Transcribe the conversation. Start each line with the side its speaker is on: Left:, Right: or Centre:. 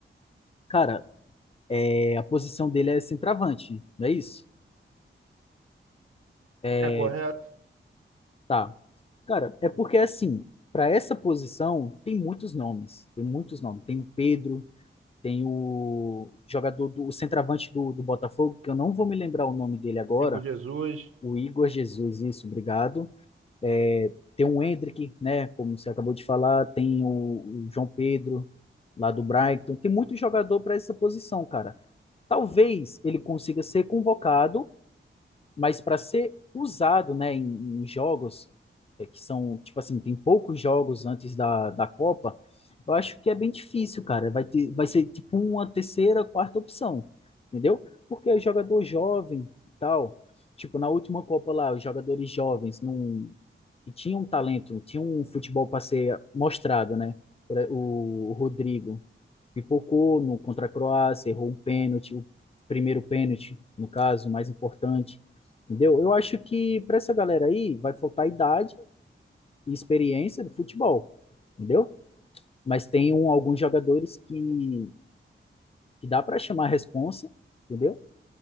Left: Cara, é, a posição dele é centroavante, não é isso? É,
Right: É correto.
Left: tá. Cara, é porque assim, para essa posição tem muitos nomes, tem muitos nomes. Tem o Pedro, tem o jogador do o centroavante do, do Botafogo, que eu não vou me lembrar o nome dele agora,
Right: Igor Jesus.
Left: o Igor Jesus, isso, obrigado. É, tem o Hendrick, né, como você acabou de falar, tem o, o João Pedro, lá do Brighton, tem muito jogador para essa posição, cara. Talvez ele consiga ser convocado, mas para ser usado, né, em, em jogos é, que são, tipo assim, tem poucos jogos antes da, da Copa, eu acho que é bem difícil, cara. Vai ter, vai ser tipo uma terceira, quarta opção, entendeu? Porque o jogador jovem e tal, tipo, na última Copa lá, os jogadores jovens não, que tinham talento, tinham um futebol para ser mostrado, né? Por e- O, o Rodrigo, pipocou no contra a Croácia, errou um pênalti, o primeiro pênalti, no caso, o mais importante. Entendeu? Eu acho que para essa galera aí vai faltar idade e experiência do futebol, entendeu? Mas tem um, alguns jogadores que, que dá para chamar a responsa, entendeu?